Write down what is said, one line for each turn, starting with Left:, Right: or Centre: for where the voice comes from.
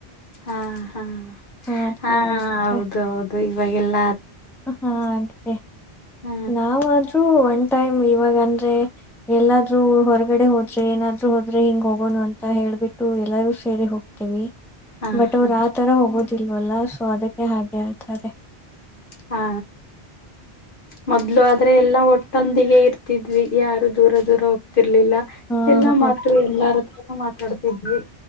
Left: ಹಾ ಹಾ
Centre: ಆ ತರ
Left: ಹಾ ಹೌದು
Centre: ಇರುತ್ತೆ
Left: ಹೌದು ಇವಾಗೆಲ್ಲ
Centre: ಹಾ ಹಾಗೆ
Left: ಹ
Centre: ನಾವಾದ್ರೂ ಒಂಟ ಟೈಮ್ ಇವಾಗ ಅಂದ್ರೆ ಎಲ್ಲಾದ್ ಹೊರಗಡೆ ಹೋದ್ರೆ ಏನಾದ್ರು ಹೋದ್ರೆ ಹಿಂಗ ಹೋಗ ಹೋ ಅಂತ ಹೇಳ್ಬಿಟ್ಟು ಎಲ್ಲರೂ ಸೇರಿ ಹೋಗ್ತೇವಿ
Left: ಹಾ
Centre: ಬಟ್
Left: ಹಾ
Centre: ಅವರು ಆ ತರ ಹೋಗೋದು ಲ್ವಲ್ಲ ಸೊ ಅದಕ್ಕೆ ಹಾಗೆ ಹೇಳ್ತಾರೆ
Left: ಹಾ ಮೊದ್ಲು ಆದ್ರೆ ಎಲ್ಲಾ ಒಟ್ಟ ತಂದಿಗೆ ಇರ್ತಿದ್ವಿ ಯಾರು ದೂರ ದೂರ ಹೋಗ್ತ ಇರ್ಲಿಲ್ಲ
Centre: ಹ
Left: ಎಲ್ಲಾ
Centre: ಹೋಗ್ತಾರೆ
Left: ಮಾತು ಎಲ್ಲತ್ರ ಮಾತಾಡ್ತಿದ್ವಿ